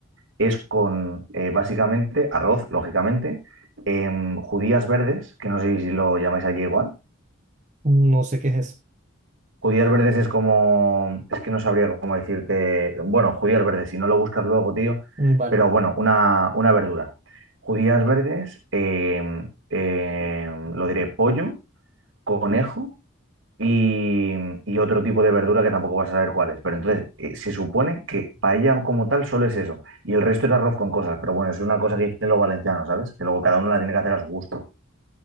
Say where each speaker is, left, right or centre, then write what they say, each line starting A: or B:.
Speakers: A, on the right; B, on the right.
A: es con eh, básicamente arroz, lógicamente, em, judías verdes, que no sé si lo llamáis allí igual.
B: No sé qué es eso.
A: Judías verdes es como, es que no sabría cómo decirte, bueno, judías verdes, si no lo buscas luego, tío,
B: Mm, Vale.
A: pero bueno, una, una verdura. Judías verdes, eh, eh, lo diré, pollo, conejo y, y otro tipo de verdura que tampoco vas a saber cuál es. Pero entonces, eh, se supone que paella como tal solo es eso, y el resto es arroz con cosas, pero bueno, es una cosa que dicen los valencianos, ¿sabes? Que luego cada uno la tiene que hacer a su gusto.